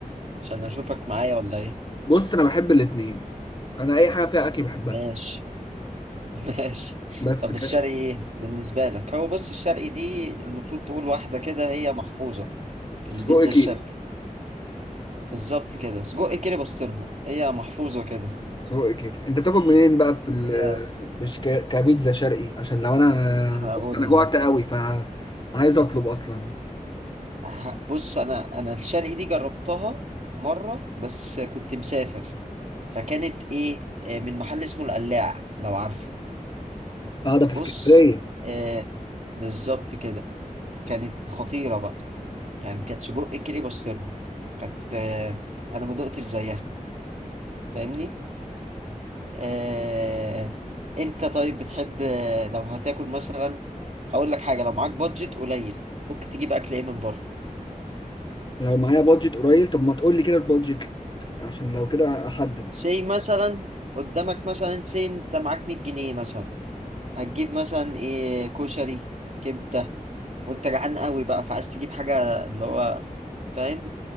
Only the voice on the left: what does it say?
بص انا بحب الاتنين انا اي حاجه فيها اكل بحبها
بس
كش
سجق
كيري
سجق كيري انت بتاكل منين بقى في ال...
في شك... كبيتزا شرقي عشان لو انا
بص انا جوعت قوي فعايز اطلب اصلا
اه ده في
اسكندريه
لو معايا بادجت قليل طب ما تقول لي كده البادجت عشان لو كده احدد